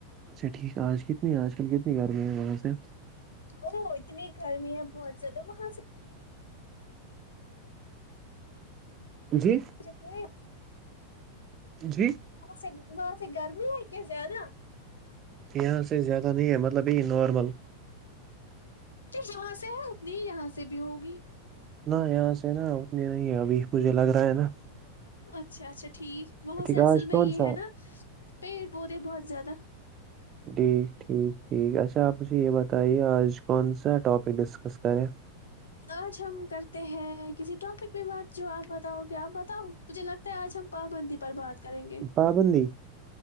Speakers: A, on the right; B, on the left.
A: اچھا ٹھیک آج کتنی آج کل کتنی گرمی ہے وہاں سے
B: او اتنی گرمی ہے بہت زیادہ وہاں سے
A: جی
B: سے جتنی ہے
A: جی
B: وہاں سے وہاں سے گرمی ہے کیا زیادہ
A: یہاں سے زیادہ نہیں ہے مطلب بی نارمل
B: جاں سے ہے اتنی ہی یہاں سے بھی ہوگی
A: نہ یہاں سے نا اتنی نہیں ہے ابھی مجھے لگ رہا ہے نا
B: اچھا اچھا ٹھیک وہاں
A: ٹھیک
B: سے اصل
A: آج
B: میں
A: کون
B: یہ
A: سا
B: ہے نا پیڑ پودے بہت زیادہ
A: ٹھیک ٹھیک ٹھیک اچھا آپ مجھے یہ بتائیے آج کون سا ٹاپک ڈسکس کریں
B: آج ہم کرتے ہیں کسی ٹاپک میں بات جو آپ بتاؤ گے آپ بتاؤ مجھے لگتا ہے آج ہم پابندی پر بات کریں گے
A: پابندی